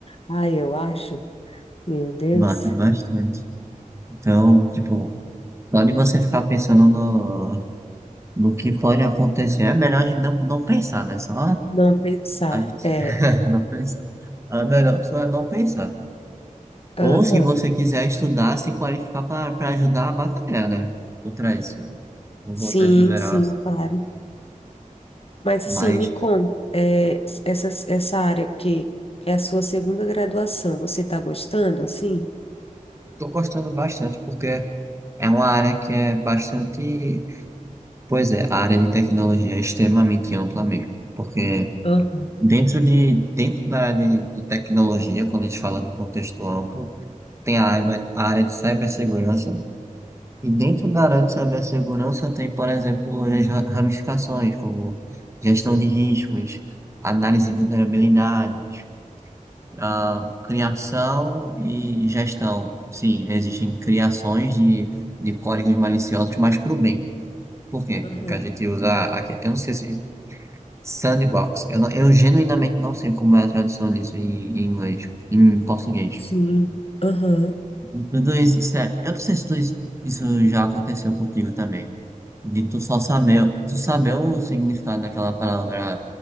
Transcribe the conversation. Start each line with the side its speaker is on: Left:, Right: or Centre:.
Left: Ai, eu acho. Meu Deus.
Right: mate bastante. Então, tipo, pode você ficar pensando no, no que pode acontecer. É melhor a gente não, não pensar, né? Só
Left: Não pensar.
Right: a gente
Left: É,
Right: <laughs> não pensar. A melhor opção é não pensar.
Left: aham.
Right: Ou se você quiser estudar, se qualificar para ajudar a batalhar, né? Contra isso, no
Left: Sim,
Right: contexto geral.
Left: sim, claro. Mas
Right: Mas
Left: assim, me conta, é, essa, essa área, porque é a sua segunda graduação, você está gostando, assim?
Right: estou gostando bastante porque é uma área que é bastante. Pois é, a área de tecnologia é extremamente ampla mesmo. Porque
Left: Aham.
Right: dentro de, dentro da área de, de tecnologia, quando a gente fala do contexto amplo, tem a área, a área de cibersegurança E dentro da área de cibersegurança tem, por exemplo, as ra- ramificações, como gestão de riscos, análise de vulnerabilidades, ah, criação e gestão. Sim, existem criações de, de códigos maliciosos, mas para o bem. Por quê?
Left: Aham,
Right: Porque a gente usa, aque- eu não sei se sandbox, eu, não- eu genuinamente não sei como é a tradução disso em, em inglês, em português.
Left: sim, aham,
Right: E Tudo isso, sério, eu não sei se tudo isso isso já aconteceu contigo também. de tu só saber, tu saber o significado daquela palavra